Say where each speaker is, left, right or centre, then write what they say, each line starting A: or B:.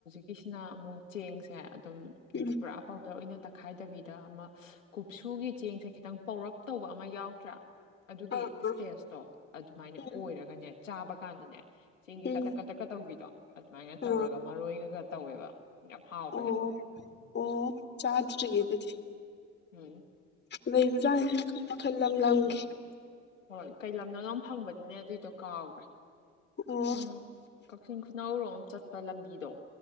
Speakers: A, on the left; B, on the left.
A: ꯀꯁꯤꯅ ꯑꯃꯨꯛ ꯆꯦꯡꯁꯦ ꯑꯗꯨꯝ
B: ꯎꯝ
A: ꯍꯥꯏꯗꯤ ꯄꯨꯔꯥ ꯄꯥꯎ ꯇꯅ ꯇꯛꯈꯥꯏꯗꯕꯤꯗ ꯑꯃ ꯀꯨꯞꯁꯨꯒꯤ ꯆꯦꯡꯁꯦ ꯈꯤꯇꯪ ꯄꯧꯔꯞ ꯇꯧꯕ ꯑꯃ ꯌꯥꯎꯗ꯭ꯔꯥ ꯑꯗꯨꯒꯤ
B: ꯑꯥ ꯑꯥ
A: ꯏꯁꯇꯦꯖꯇꯣ ꯑꯗꯨꯃꯥꯏꯅ
B: ꯎꯝ
A: ꯑꯣꯏꯔꯒꯅꯦ ꯆꯥꯕ ꯀꯥꯟꯗꯅꯦ ꯆꯦꯡꯒꯤ
B: ꯎꯝ
A: ꯀꯊꯛ ꯀꯊꯛꯀ ꯇꯧꯕꯤꯗꯣ ꯑꯗꯨꯃꯥꯏꯅ ꯇꯧꯔꯒ
B: ꯑꯥ
A: ꯃꯔꯣꯏꯒꯒ ꯇꯧꯋꯦꯕ ꯌꯥꯝ ꯍꯥꯎꯕꯅꯦ
B: ꯑꯣ ꯑꯣ ꯆꯥꯗꯔꯤ ꯑꯗꯨꯗꯤ
A: ꯎꯝ
B: ꯂꯩꯕꯖꯥꯠꯁ ꯃꯈꯜ ꯃꯈꯜ ꯂꯝ ꯂꯝꯒꯤꯦ
A: ꯎꯝ ꯍꯣꯏ ꯀꯩ ꯂꯝꯗꯣꯗ ꯐꯪꯕꯅꯤꯅꯦ ꯑꯗꯨꯏꯗꯣ ꯀꯥꯎꯈ꯭ꯔꯦ
B: ꯑꯣ
A: ꯎꯝ ꯀꯥꯛꯆꯤꯡ ꯈꯨꯅꯥꯎꯔꯣꯝ ꯆꯠꯄ ꯂꯝꯕꯤꯗꯣ